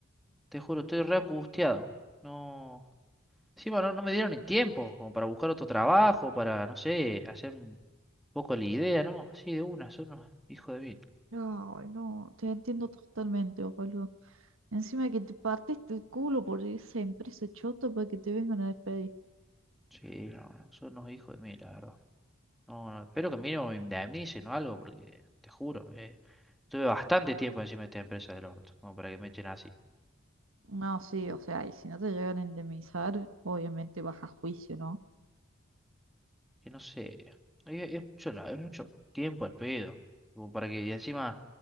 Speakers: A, in the centre; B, on the right.
A: Te juro, estoy re angustiado. No. Encima no, no me dieron ni tiempo como para buscar otro trabajo, para, no sé, hacer un poco la idea, ¿no? Sí, de una, son unos hijos de mil.
B: Ay, no, te entiendo totalmente, boludo. Encima que te partiste el culo por esa empresa chota para que te vengan a despedir.
A: Sí, no, son unos hijos de mil, la verdad. No, no, espero que mínimo me indemnicen o algo, porque te juro, eh. Tuve bastante tiempo encima de esta empresa del orto, como para que me echen así.
B: No, sí, o sea, y si no te llegan a indemnizar, obviamente vas a juicio, ¿no?
A: Que no sé, es, es mucho, la- es mucho tiempo al pedo. Como para que, y encima,